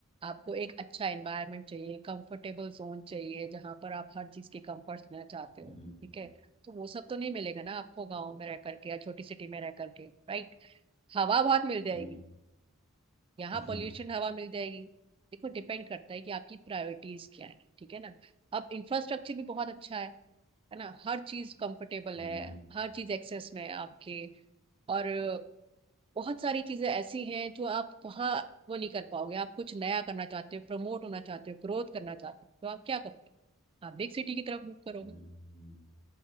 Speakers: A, on the right (about 25°); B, on the left (about 30°).
A: आपको एक अच्छा एनवायरनमेंट चाहिए कंफर्टेबल जोन चाहिए जहां पर आप हर चीज के कंफर्ट लेना चाहते हो
B: हम्म
A: ठीक है तो वो सब तो नहीं मिलेगा ना आपको गांव में रह करके या छोटी सिटी में रह करके राइट हवा बहुत मिल जाएगी
B: हम्म
A: यहाँ
B: हम्म
A: पोल्यूशन हवा मिल जाएगी देखो डिपेंड करता है कि आपकी प्रायोरिटीज क्या है ठीक है ना अब इंफ्रास्ट्रक्चर भी बहुत अच्छा है है ना हर चीज कंफर्टेबल
B: हम्म,
A: है हर चीज एक्सेस में है आपके और बहुत सारी चीजें ऐसी हैं जो आप वहाँ वो नहीं कर पाओगे आप कुछ नया करना चाहते हो प्रमोट होना चाहते हो ग्रोथ करना चाहते हो तो आप क्या करोगे आप बिग सिटी की तरफ मूव करोगे
B: हम्म, हम्म,